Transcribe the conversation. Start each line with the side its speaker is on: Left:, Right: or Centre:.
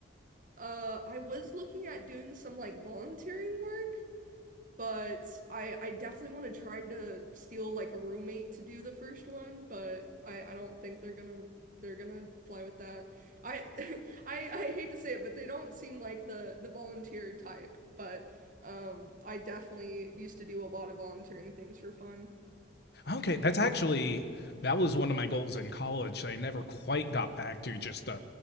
Right: uh I was looking at doing some like volunteering work. But I I definitely want to try to steal like a roommate to do the first one, but I I don't think they're gonna they're gonna fly with that. I <laughs> I I hate to say it, but they don't seem like the the volunteer type, but um I definitely used to do a lot of volunteering things for fun.
Left: Okay, that's actually that was one of my goals in college that I never quite got back to, just uh,